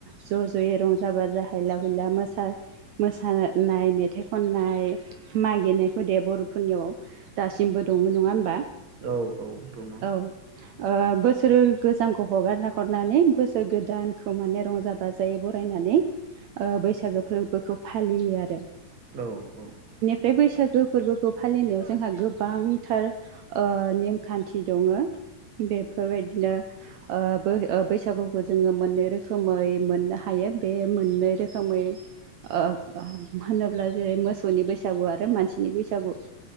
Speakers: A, on the right; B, on the right.
A: ज' ज'यै रंजा बाजा हायला हुला मोसा मोसानाय मेथाइ खननाय मागेनायफोर दे बर'फोरनियावआव दासिमबो दङ नङा होमबा?
B: औ औ दङ।
A: औ ओ बोसोरो गोजामखौ हगारना हरनानै बोसो सोर गोदानखौ माने रंजा बाजायै बरायनानै ओ बैसागो फोरबोखौ फालियो आरो ।
B: औ औ।
A: बे बैसागो फोरबोखौ फालिनायाव जोंहा गोनांथार ओ नेमखान्थि दङो । बेफोरबायदिनो ओ बो ओ बैसागुखौ जोङो मोननै रोखोमै मोननो हायो बे मोननै रोखोमै ओ होनोब्ला जेरै मोसौनि बैसागु आरो मानसिनि बैसागु।